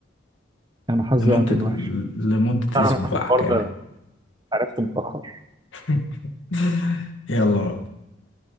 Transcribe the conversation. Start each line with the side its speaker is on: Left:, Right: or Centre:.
Right: انا حظي
Left: لمدة
Right: بقى كان وحش
Left: لمدة
Right: تعرف
Left: اسبوع
Right: الحوار
Left: كامل
Right: ده عرفته متاخر
Left: <laughs> يلا بقى